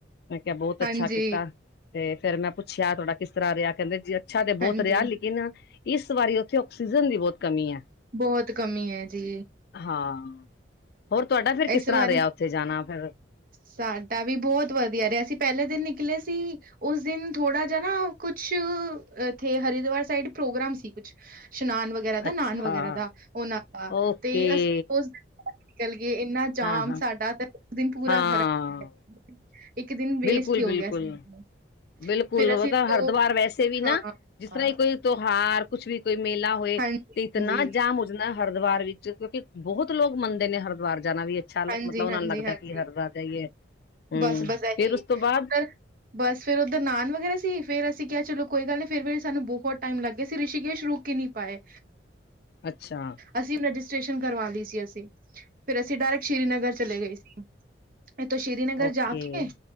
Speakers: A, on the left (about 55°); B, on the right (about 50°).
A: ਮੈਂ ਕਿਹਾ ਬਹੁਤ
B: ਹਾਂਜੀ
A: ਅੱਛਾ ਕੀਤਾ। ਤੇ ਫੇਰ ਮੈਂ ਪੁੱਛਿਆ ਤੂਹਾਡਾ ਕਿਸ ਤਰ੍ਹਾਂ ਰਿਹਾ ਕਹਿੰਦੇ ਜੀ ਅੱਛਾ ਤੇ
B: ਹਾਂਜੀ
A: ਬਹੁਤ ਰਿਹਾ ਲੇਕਿਨ ਇਸ ਵਾਰੀ ਉੱਥੇ ਆਕਸੀਜਨ ਦੀ ਬਹੁਤ ਕਮੀ ਹੈ।
B: ਬਹੁਤ ਕਮੀ ਹੈ ਜੀ
A: ਹਾਂ ਹੋਰ ਤੁਹਾਡਾ ਫੇਰ ਕਿਸ
B: ਇਸ
A: ਤਰ੍ਹਾਂ
B: ਬਾਰੇ
A: ਰਿਹਾ ਉੱਥੇ ਜਾਣਾ ਫੇਰ?
B: ਸਾਡਾ ਵੀ ਬਹੁਤ ਵਧੀਆ ਰਿਹਾ ਅਸੀਂ ਪਹਿਲੇ ਦਿਨ ਨਿਕਲੇ ਸੀ ਉਸ ਦਿਨ ਥੋੜਾ ਜਿਹਾ ਨਾ ਕੁਛ ਇੱਥੇ ਹਰਿਦੁਵਾਰ ਸਾਈਡ ਪ੍ਰੋਗਰਾਮ ਸੀ ਕੁਛ ਇਸ਼ਨਾਨ ਵਗੈਰਾ ਦਾ
A: ਅੱਛਾ
B: ਨਹਾਨ ਵਗੈਰਾ ਦਾ ਉਹਨਾਂ ਦਾ
A: ਓਕੇ
B: ਤੇ ਅਸੀਂ ਉਸ ਦਿਨ ਨਿਕਲ ਇੰਨਾ ਜਾਮ
A: ਹਾਂ ਹਾਂ
B: ਸਾਡਾ ਤੇ ਉਸ ਦਿਨ ਪੂਰਾ
A: ਹਾਂ
B: ਖਰਾਬ ਇੱਕ ਦਿਨ ਵੇਸਟ
A: ਬਿਲਕੁਲ
B: ਹੀ ਹੋ
A: ਬਿਲਕੁਲ
B: ਗਿਆ ਸਾਡਾ।
A: ਬਿਲਕੁਲ
B: ਫਿਰ
A: ਉਹ
B: ਅਸੀਂ
A: ਤਾਂ ਹਰਿਦੁਵਾਰ
B: ਦੋ
A: ਵੈਸੇ ਵੀ ਨਾ,
B: ਹਾਂ
A: ਜਿਸ ਤਰ੍ਹਾਂ
B: ਹਾਂ
A: ਹੀ ਕੋਈ ਤਿਉਹਾਰ ਕੁਛ ਵੀ ਕੋਈ ਮੇਲਾ। ਹੋਏ
B: ਹਾਂਜੀ
A: ਤੇ ਇਤਨਾ
B: ਹਾਂਜੀ
A: ਜਾਮ ਹੋ ਜਾਂਦਾ ਹਰਿਦੁਆਾਰ ਵਿੱਚ ਕਿਉਂਕਿ ਬਹੁਤ ਲੋਕ ਮੰਨਦੇ ਨੇ ਹਰਿਦੁਆਰ ਜਾਣਾ ਵੀ ਅੱਛਾ, ਮਤਲਬ
B: ਹਾਂਜੀ
A: ਉਹਨਾਂ
B: ਹਾਂਜੀ
A: ਨੂੰ ਲੱਗਦਾ
B: ਹਾਂਜੀ
A: ਕੀ ਹਰਦੁਆਰ ਜਾਈਏ, ਹਮ,
B: ਬਸ-ਬਸ ਇਹੀ
A: ਫੇਰ ਉਸ ਤੋਂ ਬਾਅਦ
B: ਉੱਧਰ ਬਸ ਫੇਰ ਉੱਧ ਨਾਨ ਵਗੈਰਾ ਸੀ ਫੇਰ ਅਸੀਂ ਕਿਹਾ ਚਲੋ ਕੋਈ ਗੱਲ ਨਹੀਂ ਫਿਰ ਵੀ ਸਾਨੂੰ ਬਹੁਤ ਟਾਈਮ ਲੱਗ ਗਿਆ ਸੀ ਰਿਸ਼ੀਕੇਸ਼ ਰੂ ਕ ਨਹੀਂ ਪਾਏ।
A: ਅੱਛਾ
B: ਅਸੀਂ ਰਜਿਸਟ੍ਰੇਸ਼ਨ ਕਰਵਾ ਲਈ ਸੀ ਅਸੀਂ, ਫਿਰ ਅਸੀਂ ਡਾਇਰੈਕਟ ਸ਼੍ਰੀਨਗਰ ਚਲੇਂ ਗਏ ਸੀ। ਇਥੋਂ ਸ਼੍ਰੀਨਗਰ
A: ਓਕੇ
B: ਜਾ ਕੇ,